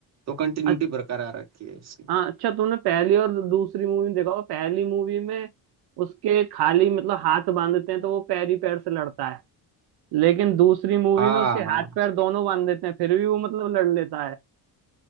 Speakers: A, on the right; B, on the right.
A: तो कंटिन्यूटी
B: अ-
A: बरकरार रखी है उसकी
B: हाँ अच्छा तुमने पहली और दूसरी मूवी में देखा होगा पहली मूवी में उसके खाली मतलब हाथ बांधते हैं तो वो पैर ही पैर से लड़ता है लेकिन दूसरी मूवी
A: हाँ
B: में उसके
A: हाँ
B: हाथ पैर दोनों बांध देते हैं फिर भी वो मतलब लड़ लेता है